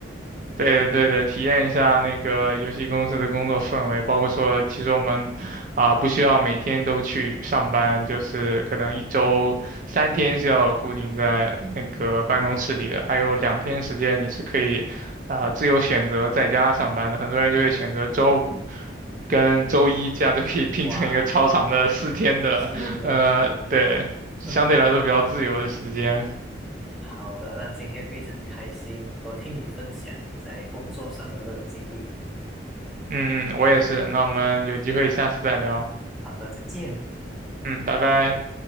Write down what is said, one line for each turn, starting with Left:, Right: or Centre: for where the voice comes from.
Right: 对对对，体验一下那个游戏公司的工作氛围，包括说，其实我们啊、不需要每天都去上班，就是可能一周三天是要固定在那个办公室里的，还有两天时间你是可以啊、自由选择在家上班的。很多人就会选择周五跟周一，这样就可以拼成一个超长的四天的，
Centre: 哇，<laughs> 是的，
Right: 呃，
Centre: 是的。
Right: 对，相对来说比较自由的时间。
Centre: <laughs> 好的，那今天非常开心能够听你分享你在工作上的这个经历。
Right: 嗯嗯，我也是。那我们有机会下次再聊。
Centre: 好的，再见。
Right: 嗯，拜拜。